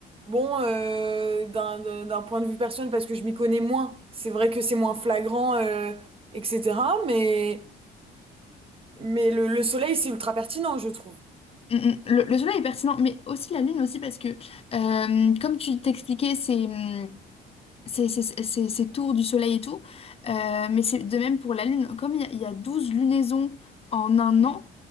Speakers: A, on the right; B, on the left.
A: bon, euh, d'un, d'un d'un point de vue personnel, parce que je m'y connais moins, c'est vrai que c'est moins flagrant, euh, etc. Mais, mais le, le soleil, c'est ultra pertinent, je trouve.
B: Mm, mm. Le, le soleil est pertinent, mais aussi la lune aussi parce que, euh, comme tu t'expliquais, c'est hum, c'est- c'est- c'est- c'est- ces tours du soleil et tout, euh, mais c'est de même pour la lune. Comme il y, a il y a 12 lunaisons en un an,